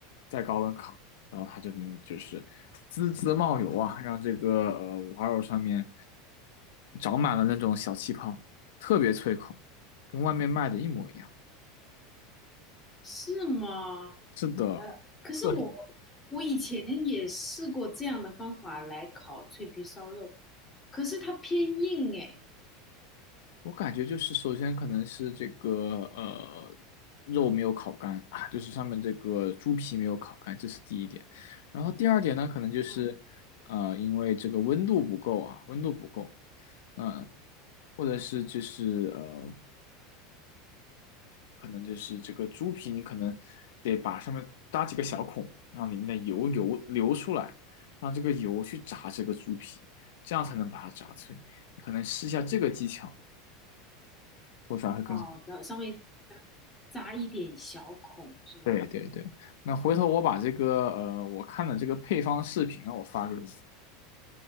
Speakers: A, on the left; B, on the left.
A: 再高温烤。然后它就能就是滋滋冒油啊，让这个呃五花肉上面长满了那种小气泡，特别脆口，跟外面卖的一模一样。
B: 是吗？
A: 是的，
B: 呃，可是我我以前也试过这样的方法来烤脆皮烧肉，
A: 特
B: 可是它偏硬哎。
A: 我感觉就是首先可能是这个呃肉没有烤干啊，就是上面这个猪皮没有烤干，这是第一点。然后第二点呢，可能就是呃因为这个温度不够啊，
B: 嗯，
A: 温度不够，嗯、或者是就是呃可能就是这个猪皮，你可能得把上面搭几个小孔，让里面的油油流出来，让这个油去炸这个猪皮，这样才能把它炸脆。你可能试一下这个技巧，做出来会更好。
B: 好的，上面扎一点小孔是吧？
A: 对对对，那回头我把这个呃我看的这个配方视频啊，我发给你，